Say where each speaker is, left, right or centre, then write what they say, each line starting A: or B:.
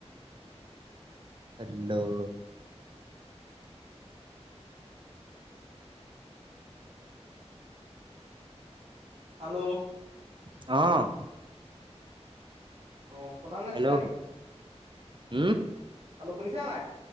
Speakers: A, on the right (about 45°); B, on the right (about 65°).
A: হেল্ল'
B: হেল্ল'
A: অ',
B: অ', শুনা নাছিলা
A: হেল্ল'
B: নে
A: উম
B: খলো শুনিছা নাই?